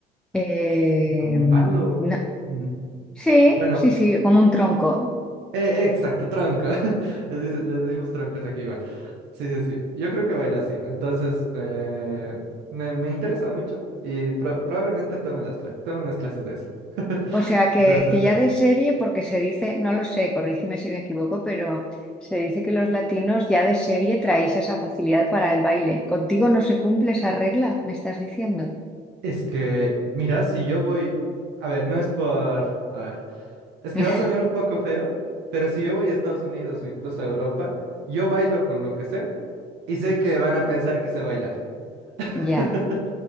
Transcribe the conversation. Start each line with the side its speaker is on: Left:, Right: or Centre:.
Centre: Eh,
Right: Como un
Centre: no.
Right: palo. Mm,
Centre: Sí,
Right: Bueno,
Centre: sí, sí, como un tronco.
Right: eh, exacto, tronco. <laughs> Les dice- les decimos troncos aquí igual. Sí, sí, sí. Yo creo que baila así. Entonces, eh, me, me interesa mucho y pro- probablemente tome las clases, tome unas clases de eso. <laughs>
Centre: O sea, que,
Right: Salsa
Centre: que
Right: bachata.
Centre: ya de serie, porque se dice, no lo sé, corrígeme si me equivoco, pero se dice que los latinos ya de serie traéis esa facilidad para el baile. ¿Contigo no se cumple esa regla? ¿Me estás diciendo?
Right: Es que, mira, si yo voy, a ver, no es por, a ver, es que
Centre: <laughs>
Right: va a sonar un poco feo, pero si yo voy a Estados Unidos o incluso a Europa, yo bailo con lo que sé y sé que van a pensar que sé bailar, <laughs>
Centre: Ya,